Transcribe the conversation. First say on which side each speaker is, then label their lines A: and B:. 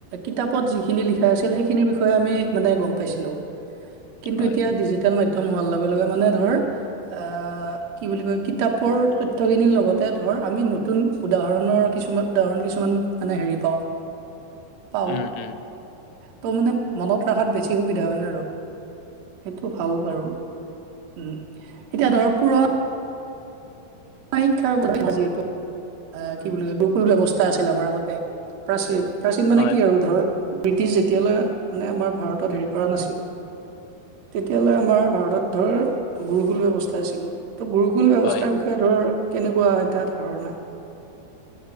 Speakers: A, on the right; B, on the left.
A: কিতাপত যিখিনি লিখা আছিল সেইখিনিৰ বিষয়ে আমি মানে গম পাইছিলো কিন্তু
B: হয়।
A: এতিয়া ডিজিটেল মাধ্যম হোৱাৰ লগে লগে মানে ধৰ আহ কি বুলি কয় কিতাপৰ তথ্যখিনিৰ লগতে ধৰ আমি নতুন উদাহৰণৰ কিছুমান উদাহৰণ কিছুমান মানে হেৰি পাও পাও
B: উম, উম,
A: ত' মানে মনত ৰখাত বেছি সুবিধা হয় আৰু সেইটো ভাল বাৰু উম এতিয়া ধৰ পুৰ শিক্ষা যিহেতু কি বুলি কয় গুগুল ব্যৱস্থা আছিল আমাৰ আগতে প্ৰাচীন প্ৰাচীন মানে
B: হয়,
A: কি
B: হয়।
A: আৰু ধৰ ব্ৰিটিছ যেতিয়ালৈ মানে আমাৰ ভাৰতত হেৰি কৰা নাছিল তেতিয়ালে আমাৰ ভাৰতত ধৰ গুৰুকুল ব্যৱস্থা আছিল ত গুৰুকুল ব্যৱস্থাৰ
B: হয়।
A: বিষয়ে ধৰ কেনেকোৱা এটা ধাৰণা